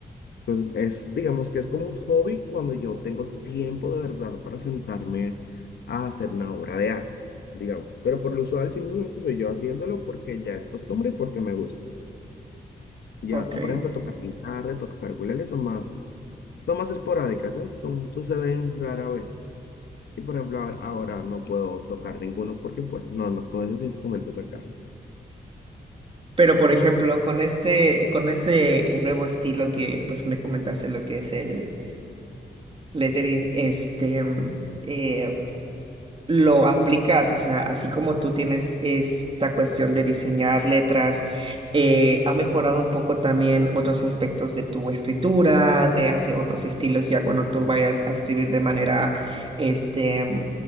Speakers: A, on the left; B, on the right.
A: Entonces, es, digamos que es como un hobby cuando yo tengo tiempo de verdad para sentarme a hacer una obra de arte, digamos. Pero por lo usual simplemente soy yo haciéndolo porque ya es costumbre y porque me gusta. Ya,
B: Ok,
A: por ejemplo, tocar guitarra, tocar ukulele son más, son más esporádicas, ¿eh? Son, suceden rara vez. Y por ejemplo, ahora ahora no puedo tocar ninguno porque pues no ando con esos instrumentos acá.
B: pero por ejemplo, con este, con este eh, nuevo estilo que pues me comentaste lo que es el lettering, este, mm, eh, lo aplicas, o sea, así como tú tienes esta cuestión de diseñar letras, eh, ha mejorado un poco también otros aspectos de tu escritura, de hacer otros estilos ya cuando tú vayas a escribir de manera, este,